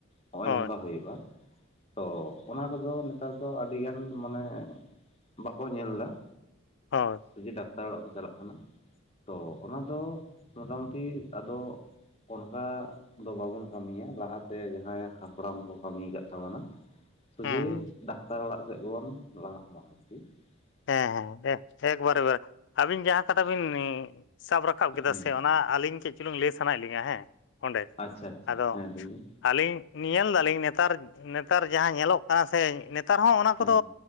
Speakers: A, on the left; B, on the left.
A: ᱦᱚᱜᱼᱚᱭ
B: ᱦᱳᱭ
A: ᱱᱚᱝᱠᱟ ᱦᱩᱭᱩᱜᱼᱟ ᱾ ᱛᱚ ᱚᱱᱟ ᱠᱚᱫᱚ ᱱᱮᱛᱟᱨ ᱫᱚ ᱟᱹᱰᱤᱜᱟᱱ ᱢᱟᱱᱮ ᱵᱟᱠᱚ ᱧᱮᱞ ᱫᱟ ᱾
B: ᱦᱳᱭ
A: ᱥᱚᱡᱷᱮ ᱰᱟᱠᱛᱟᱨ ᱚᱲᱟᱜ ᱠᱚ ᱪᱟᱞᱟᱜ ᱠᱟᱱᱟ ᱾ ᱛᱚ ᱚᱱᱟᱫᱚ ᱢᱚᱴᱟᱢᱩᱴᱤ ᱟᱫᱚ ᱚᱱᱠᱟ ᱫᱚ ᱵᱟᱵᱚᱱ ᱠᱟᱹᱢᱤᱭᱟ ᱞᱟᱦᱟᱛᱮ ᱡᱟᱦᱟᱸᱭ ᱦᱟᱯᱲᱟᱢ ᱠᱚ ᱠᱟᱹᱢᱤᱭ ᱟᱠᱟᱫ ᱛᱟᱵᱚᱱᱟ ᱾ ᱥᱚᱡᱮ
B: ᱦᱮᱸ
A: ᱫᱟᱠᱛᱟᱨ ᱚᱲᱟᱜ ᱥᱮᱫ ᱜᱮᱵᱚᱱ ᱞᱟᱦᱟᱜ ᱢᱟ ᱟᱨᱠᱤ ᱾
B: ᱦᱮᱸ ᱦᱮᱸ ᱮᱠ ᱮᱠᱵᱟᱨᱮ ᱵᱟᱨᱮ ᱟᱵᱤᱱ ᱡᱟᱦᱟᱸ ᱠᱟᱛᱷᱟ ᱵᱤᱱ ᱥᱟᱵ ᱨᱟᱠᱟᱵ ᱠᱮᱫᱟ
A: ᱦᱮᱸ
B: ᱥᱮ ᱚᱱᱟ ᱟᱹᱞᱤᱧ ᱠᱟᱹᱪ ᱪᱩᱞᱤᱝ ᱞᱟᱹᱭ ᱥᱟᱱᱟᱭᱮᱜ ᱞᱤᱧᱟ ᱦᱮᱸ ᱚᱸᱰᱮ
A: ᱟᱪᱪᱷᱟ ᱟᱪᱪᱷᱟ
B: ᱟᱫᱚ
A: ᱦᱮᱸ ᱞᱟᱹᱭ ᱵᱤᱱ
B: ᱟᱹᱞᱤᱧ ᱧᱮᱞ ᱫᱟᱞᱤᱧ ᱱᱮᱛᱟᱨ ᱱᱮᱛᱟᱨ ᱡᱟᱦᱟᱸ ᱧᱮᱞᱚᱜ ᱠᱟᱱᱟ ᱥᱮ ᱱᱮᱛᱟᱨ ᱦᱚᱸ ᱚᱱᱟ
A: ᱦᱮᱸ
B: ᱠᱚᱫᱚ